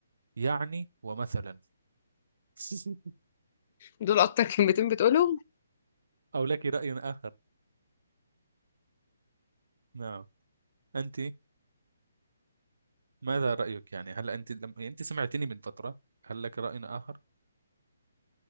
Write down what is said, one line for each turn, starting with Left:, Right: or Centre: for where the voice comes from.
Right: يعني ومثلا <laughs>
Left: دول اكتر <laughs> كلمتين بتقولهم
Right: أو لك رأي آخر نعم أنت ماذا رأيك يعني هل أنت لما أنت سمعتني من فترة هل لك رأي آخر